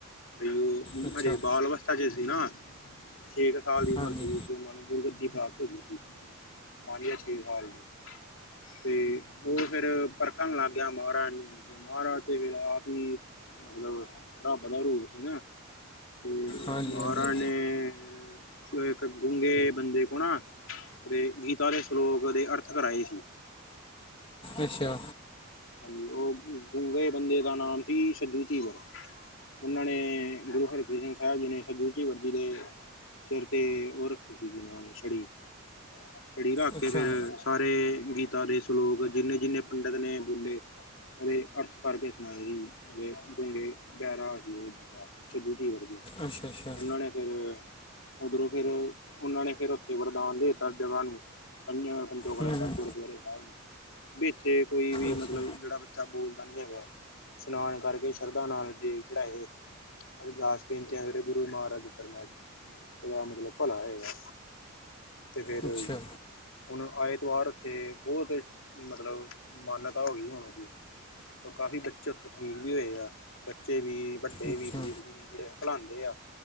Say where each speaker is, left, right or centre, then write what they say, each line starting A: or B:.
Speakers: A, on the left; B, on the left.
A: ਬਈ ਉਹ
B: ਅੱਛਾ
A: ਹਜੇ ਬਾਲ ਤਾ ਚ ਸੀ ਨਾ ਛੇ ਕੁ ਸਾਲ ਦੀ
B: ਹਾਂਜੀ
A: ਉਮਰ ਸੀ। ਤੇ ਉਹਨਾਂ ਨੂੰ ਗੁਰਗੱਦੀ ਪ੍ਰਾਪਤ ਹੋ ਗਈ ਸੀ, ਪਾਣੀ ਦਾ ਛੇਦ ਹਾਲ ਸੀ। ਤੇ ਉਹ ਫੇਰ ਪਰਖਣ ਲੱਗ ਗਿਆ ਮਹਾਰਾਜ ਨੂੰ। ਤੇ ਮਹਾਰਾਜ ਤੇ ਫੇਰ ਆਪ ਹੀ ਮਤਲਬ ਰੱਬ ਦਾ ਰੂਪ ਹੀ ਹਾ। ਤੇ
B: ਹਾਂਜੀ
A: ਮਹਾਰਾਜ
B: ਹਾਂਜੀ
A: ਨੇ, ਇੱਕ ਗੁੰਗੇ ਬੰਦੇ ਕੋ ਨਾ ਤੇ ਗੀਤਾ ਦੇ ਸਲੋਕ ਦੇ ਅਰਥ ਕਰਾਏ ਸੀ।
B: ਅੱਛਾ।
A: ਹਾਂਜੀ, ਉਹ ਗੂੰਗੇ ਬੰਦੇ ਦਾ ਨਾਮ ਸੀ ਛੱਜੂ ਛਿਰ। <unintelligible> ਸਿਰ ਤੇ ਉਹ ਰੱਖੀ ਸੀਗੀ ਨਾਮ ਛੜੀ, ਛੜੀ ਰੱਖ
B: ਅੱਛਾ
A: ਕੇ ਫੇਰ ਸਾਰੇ ਗੀਤਾ ਦੇ ਸਲੋਕ ਜਿੰਨੇ-ਜਿੰਨੇ ਪੰਡਿਤ ਨੇ, ਉਹ ਨੇ ਅਰਥ ਪੜ੍ਹ ਕੇ ਸਣਾਏ ਸੀ, ਫਿਰ ਉਹ ਬੈਹਰਾ ਸੀ ਉਹ, <unintelligible>
B: ਅੱਛਾ ਅੱਛਾ
A: ਉਹਨਾਂ ਨੇ ਫੇਰ, ਉਧਰੋਂ ਫੇਰ ਉਹਨਾਂ ਨੇ ਫਿਰ ਉੱਥੇ ਵਰਦਾਨ ਦੇਤਾ ਜਗ੍ਹਾ ਨੂੰ ਪੰਜ ਪਚੋਕੜਾ
B: ਹਮ
A: ਸਾਹਿਬ ਗੁਰਦੁਆਰੇ ਸਾਹਿਬ ਨੂੰ, ਵੀ ਇਥੇ ਕੋਈ ਵੀ
B: ਅੱਛਾ
A: ਮਤਲਬ ਜਿਹੜਾ ਬੱਚਾ ਬੋਲਦਾ ਨੀ ਹੈਗਾ ਇਸ਼ਨਾਨ ਕਰਕੇ ਸ਼ਰਧਾ ਨਾਲ ਦੇਗ ਚੜਾੲੇ, ਅਰਦਾਸ ਬੇਨਤੀ ਆਗੇ ਗੁਰੂ ਮਹਾਰਾਜ ਦੇ ਚਰਨਾ ਚ ਉਹਦਾ ਮਤਲਬ ਭਲਾ ਹੈਗਾ। ਤੇ ਫੇਰ
B: ਅੱਛਾ
A: ਹੁਣ ਆਏਤਆਰ ਉੱਥੇ ਬਹੁਤ ਮਤਲਬ ਮਾਨਤਾ ਹੋ ਗਈ ਹੁਣ ਦੀ ਕਾਫ਼ੀ ਬੱਚੇ ਉੱਥੋਂ ਠੀਕ ਵੀ ਹੋਏ ਆ ਬੱਚੇ ਵੀ ਵੱਡੇ
B: ਅੱਛਾ
A: ਵੀ ਬਜ਼ੁਰਗ ਜਿਹੜੇ ਹਕਲਉਂਦੇ ਆ,